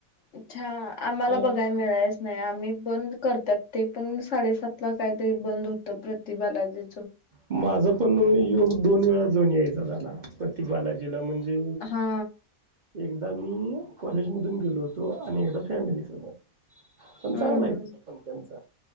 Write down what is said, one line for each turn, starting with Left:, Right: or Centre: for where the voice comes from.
Left: अच्छा आम्हाला
Right: अ
Left: बघाय मिळायच नाय आम्ही बंद करतात ते पण साडेसात ला कायतरी बंद होत प्रति बालाजी.
Right: माझं पण योग दोन वेळा जाऊन यायचा झाला पण ती बालाजीला म्हणजे
Left: हा
Right: एक दा मी कॉलेज मधून गेलो होतो आणि एकदा फॅमिली सोबत. पण
Left: हम्म
Right: चांगलाय तिथं पण त्यांच.